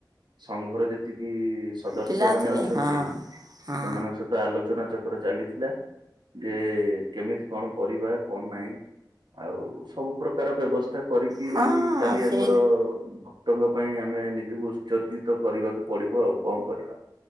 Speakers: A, on the right (about 70°); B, on the right (about 55°).
A: ସଂଘର ଯେତିକି ସଦସ୍ୟ
B: ପିଲା
A: ମାନେ
B: ଥିବେ
A: ଅଛନ୍ତି
B: ହଁ ହଁ
A: ସେମାନଙ୍କ ସହିତ ତ ଆଲୋଚନା ଚକ୍ର ଚାଲିଥିଲା ଯେ କେମିତି କଣ କରିବା କଣ ନାହିଁ ଆଉ ସବୁ ପ୍ରକାର ବ୍ୟବସ୍ଥା କରି କି
B: ହଁ
A: କାଲି
B: ସେ
A: ଆମର କ୍ କ୍ତଙ୍କ ପାଇଁ ଆମେ ନିଜକୁ ଉତ୍ସର୍ଗିତ କରିବାକୁ ପଡି଼ବ ଆଉ କଣ କରିବା।